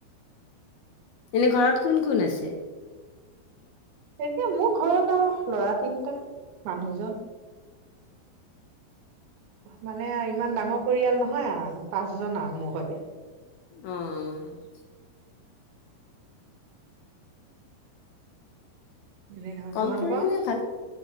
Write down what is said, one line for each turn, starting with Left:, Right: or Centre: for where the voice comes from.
Left: এনে ঘৰত কোন-কোন আছে?
Right: এতিয়া মোৰ ঘৰত আৰু লৰা তিনিটা, মানুহজন। মানে ইমান ডাঙৰ পৰিয়াল নহয় আও পাঁচজন আও আৰু মোৰ সতি।
Left: অঁহ।
Right: এনে ধৰ
Left: কম
Right: তোমালোকৰ
Left: পৰিয়ালে ভাল।